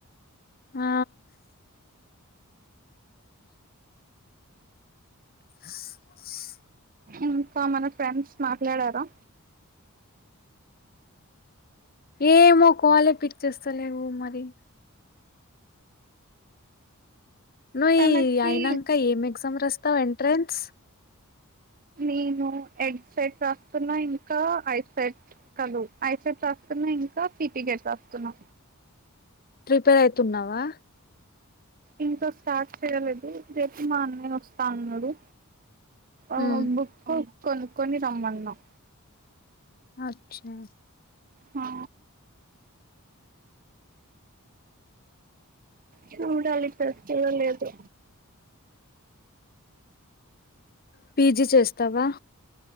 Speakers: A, on the left; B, on the right.
A: ఆ <unintelligible>
B: ఇంకా మన ఫ్రెండ్స్ మాట్లాడారా
A: ఏమో కోలే పిక్ చేస్తలేవు మరి నువ్
B: తనకి
A: ఈ అయినాంక ఏం ఎగ్జామ్ రాస్తావు ఎంట్రెన్స్
B: నేను ఎడ్ సెట్ రాస్తున్నా ఇంకా ఐ సెట్ కలు ఐసెట్ రాస్తున్నా ఇంకా ఫీటికతతున్నా
A: ప్రిపేర్ అయితున్నావా
B: ఇంకా స్టార్ట్ చేయలేదు రేపు మా అన్నే వస్తాన్నాడు ఆ
A: ఉమ్,
B: బుక్ కొనుక్కొని రమ్మన్నాం
A: అచ్చా
B: హా చూడాలి ఇక్కడ చూడ లేదు
A: పీజీ చేస్తావా